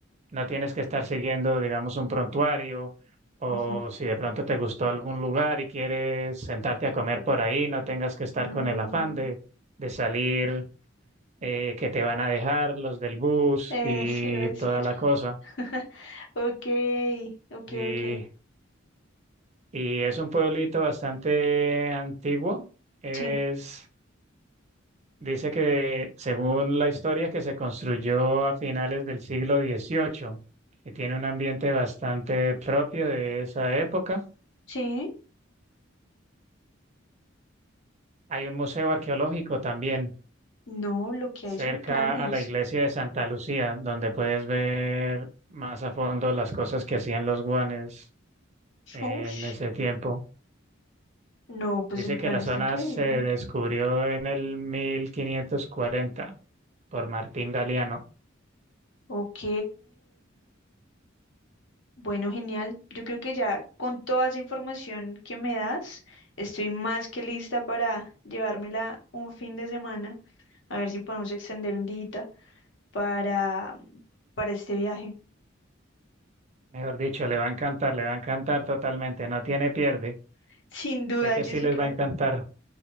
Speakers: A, on the right; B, on the left.
A: No tienes que estar siguiendo, digamos, un prontuario o
B: ujú.
A: si de pronto te gustó algún lugar y quieres sentarte a comer por ahí, no tengas que estar
B: Mm,
A: con el afán de, de salir eh, que te van a dejar los del bus
B: eh,
A: y
B: sí, iba a decir.
A: toda la cosa.
B: <laughs> Ok, ok,
A: Y,
B: ok.
A: y es un pueblito bastante antiguo. Es,
B: Sí,
A: dice que según la historia que se construyó a finales del siglo XVIII y tiene un ambiente bastante propio de esa época.
B: sí.
A: Hay un museo arqueológico también
B: No, lo que
A: cerca
B: hay son planes.
A: a la iglesia de Santa Lucía, donde puedes ver más a fondo las cosas que hacían los guanes en
B: Ush.
A: ese tiempo.
B: No, pues
A: Dice
B: el plan
A: que la
B: está
A: zona
B: increíble.
A: se descubrió en el 1540 por Martín Galeano.
B: Ok. Bueno, genial. Yo creo que ya con toda esa información que me das, estoy más que lista para llevármela un fin de semana. A ver si podemos extender un día para, para este viaje.
A: Mejor dicho, le va a encantar, le va a encantar totalmente. No tiene pierde.
B: <laughs> Sin duda,
A: Sé que
B: yo
A: sí
B: sí
A: les
B: creo.
A: va a encantar.